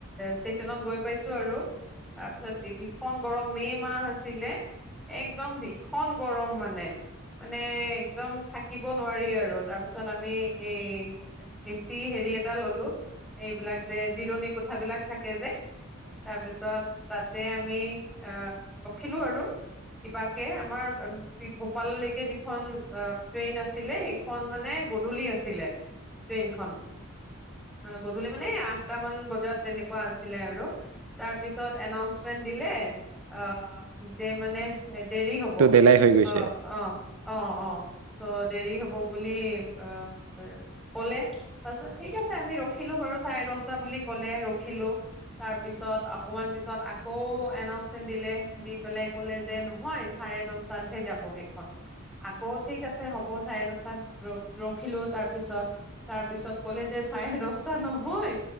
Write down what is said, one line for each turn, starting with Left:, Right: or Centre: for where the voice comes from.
Centre: ষ্টেচনত গৈ পাইছো আৰু। তাৰপিছত দেবীক <unintelligible> গৰম মে মাহ আছিলে। একদম ভিক খন গৰম মানে। মানে, একদম থাক কিব নোৱাৰি আৰু। তাৰপিছত আমি এই এচি হেৰি এটা ললোঁ। এইবিলাক যে জিৰণি কোঠাবিলাক থাকে যে তাৰপিছত তাতে আমি অহ', ৰখিলো আৰু। কিবাকে আমাৰ উ <unintelligible> লৈকে যিখন অ', ট্ৰেইন আছিলে সেই খন মানে গধূলি আছিলে। ট্ৰেইনখন। গধূলি মানে আঠটা মান বজাত, তেনেকুৱা আছিলে আৰু। তাৰপিছত এনাউন্ মেন দিলে। অ', যে মানে দেৰি হ'ব।
Right: ডেলাই হৈ গৈছে।
Centre: অ'। অ', অ', অ', ত, দেৰি হ'ব বুলি অ', ক'লে। তাৰপিছত ঠিক আছে আমি ৰখিলো বাৰু চাৰে দশটা বুলি ক'লে। ৰখিলো। তাৰপিছত অকণমান পিছত আকৌ এনাউচমেন্ট দিলে। দি পেলাই কলে যে নহয়, চাৰে দছটাত হে যাব সেই হত আকৌ ঠিক আছে হ'ব। চাৰে দছটাত ৰ ৰখিলো। তাৰ পিছত তাৰ পিছত ক'লে যে চাৰে দছটা নহয়,